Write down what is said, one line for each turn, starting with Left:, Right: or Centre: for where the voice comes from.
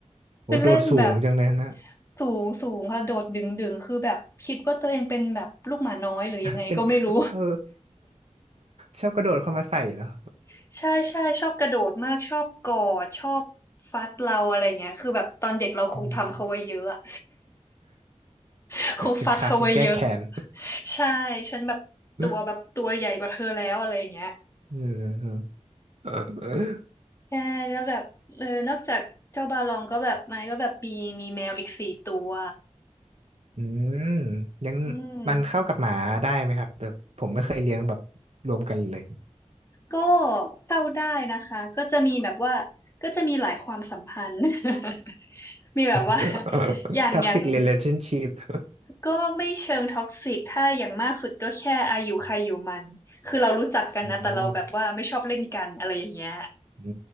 Right: โหโดดสูงจังเลยนะ
Left: คือเล่นแบบสูงสูงค่ะโดดดึงดึงคือแบบคิดว่าตัวเองเป็นแบบลูกหมาน้อยหรือยังไงก็ไม่รู้
Right: เป็นเออชอบกระโดดเข้ามาใส่เนาะ
Left: <laughs> ใช่ใช่ชอบกระโดดมากชอบกอดชอบฟัดเราอะไรเงี้ยคือแบบตอนเด็กเราคงทำเขาไว้เยอะอะ
Right: อืม
Left: <laughs> คงฟัดเขาไว้เยอะ
Right: ถึงข่าวฉันแก้แค้น
Left: ใช่ฉันแบบตัวแบบตัวใหญ่กว่าเธอแล้วอะไรเงี้ย
Right: เออ อื
Left: ใช่แล้วแบบเออนอกจากเจ้าบาลองก็แบบมันก็แบบมีมีแมวอีกสี่ตัว
Right: มเลี้ยง
Left: อืม
Right: มันเข้ากับหมาได้ไหมครับแบบผมไม่เคยเลี้ยงแบบรวมกันเลย
Left: ก็เข้าได้นะคะก็จะมีแบบว่าก็จะมีหลายความสัมพันธ์ <laughs> มีแบบว่า
Right: <laughs>
Left: อย่างอย่าง
Right: Toxic Relationship
Left: ก็ไม่เชิงท็อกซิกถ้าอย่างมากสุดก็แค่อายุใครอยู่มันคือเรารู้จักกันนะแต่เราแบบว่าไม่ชอบเล่นกันอะไรอย่างเงี้ย
Right: อืมอื